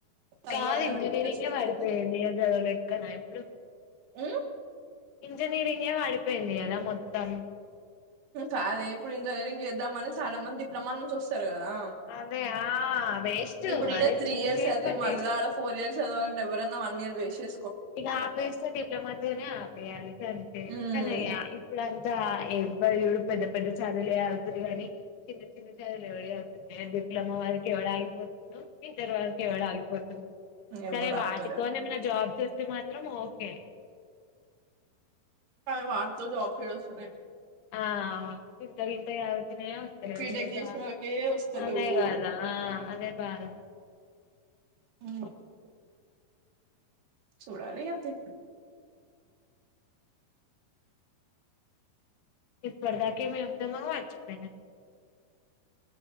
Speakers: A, on the right (about 80°); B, on the left (about 80°).
A: చదవాలని
B: కాదు ఇంజనీరింగే
A: ఎవరికి ఇంట్రెస్ట్ ఉంటది
B: పడిపోయింది అ గడలెక్కన ఇప్పుడు
A: ఆ
B: ఇంజినీరింగ్ వాడిపోయింది అదా మొత్తం
A: కాదదు ఇప్పుడు ఇంజనీరింగ్ చేద్దామని చాలా మంది డిప్లొమా నుంచి వస్తారు కదా
B: అదే ఆ వేస్ట్
A: ఇప్పుడు
B: అదే
A: త్రీ
B: చూజ్
A: ఇయర్స్
B: చేసుకొని
A: చదివి మళ్ళడ
B: వేస్ట్ ఇప్పుడు
A: ఫోర్ ఇయర్స్ చదివంట విశే
B: ఇక ఆపేస్తే డిప్లొమాతోనే ఆపేయాలిక అంతే
A: ఉమ్
B: కానీయ ఇప్పుడు అంతే ఎవరురు పెద్ద పెద్ద చదులు అతురు కానీ చి చిలు ఎవ అతుంది డిప్లోమా వర్క ఎవ అయిపోతుంది ఇంటర్ వరకు ఎవళ ఆగిపోతుంది
A: ఎవ్వరు
B: సరే వాటి
A: అవుతలేరు
B: జాబ్స్ వస్తే మాత్రం ఓకే
A: తమె వాళ్తో జా ఫెరుసునే
B: ఆ చింత గంత వతనే వస్తలే
A: బీటెక్
B: అయగా
A: చేసిన వాళ్ళకే వస్తలేవు
B: అదే కాదా ఆ అదే బాధ
A: అ చూడాల అతే
B: ఏ పడదాకి మ ఎదామవాజ ప